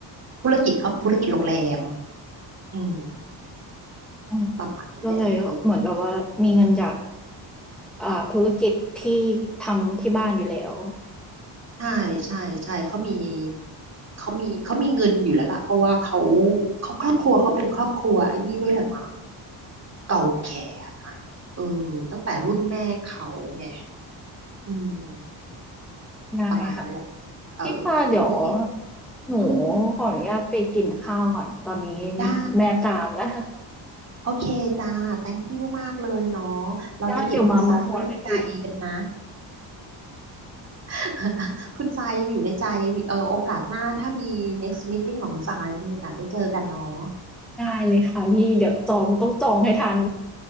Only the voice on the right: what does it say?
ธุรกิจเขาเป็นธุรกิจโรงแรมอืม
ประมาณนั้นแหละเออ
ใช่ใช่ใช่เขามีเขามีเขามีเงินอยู่แล้วล่ะเพราะว่าเขาเขาครอบครัวเขาเป็นครอบครัวไอ้นี่ด้วยแหละมั้งเก่าแก่เออตั้งแต่รุ่นแม่เขาไงอืม
ประมาณนั้นแหละเออวันนี้
อืม
ได้
โอเคจ้า thank you มากเลยเนาะเราจะเก็บคุณทรายไว้ในใจกันนะ
<laughs> คุณทรายยังอยู่ในใจเออโอกาสหน้าถ้ามี next meeting ของคุณทรายจะมีโอกาสได้เจอกันเนาะ